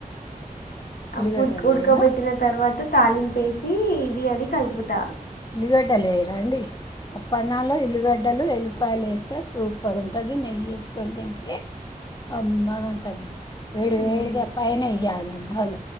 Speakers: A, on the left (about 30°); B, on the left (about 85°).
A: ఉల్లిగడ్డలు
B: ఆ ఉర్ ఉడకబెట్టిన
A: వేయరా
B: తర్వాత తాలింపేసి ఇది అది కలుపు త
A: ఉల్లిగడ్డలెయ్యరండి పప్ప అన్నలో ఉల్లుగడ్డలు ఎల్లిపాయలు వేస్తే సూపర్ ఉంటది నెయ్యి వేసుకొని తింటే కమ్మగా ఉంటది వేడి
B: మ్మ్.
A: వేడి గా పైన ఎయ్యాలా అల